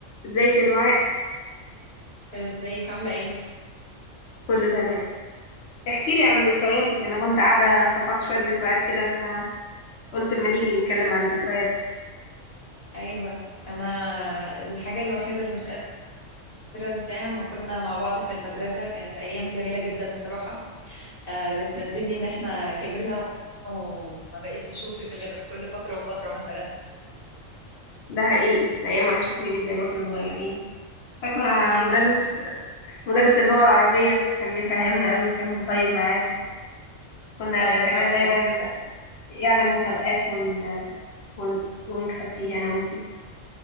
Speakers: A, on the left; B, on the left.
A: ازيك يا دعاء
B: ازيك عاملة ايه؟
A: كله تمام احكي لي عن ذكرياتك انا كنت قاعده افتكرت شويه ذكريات كده فقلت اما نيجي نتكلم عن الذكريات
B: ايوه انا الحاجة الوحيدة اللي مش قادرة انساها لما كنا مع بعض في المدرسة كانت ايام جميلة جدا الصراحة آه بتندمني ان احنا كبرنا وما بقتش اشوفك غير كل فترة وفترة مثلا
A: ده حقيقي ايام وحشتني جدا واحنا صغيرين فاكره
B: ايوه
A: مدرس
B: كنا
A: مدرس اللغه العربيه كان بيفهمنا قوي كان طيب معانا كنا
B: ايوه
A: كمان
B: فعلا
A: دايما يعمل مسابقات ون... ون... ونكسب فيها انا وانتي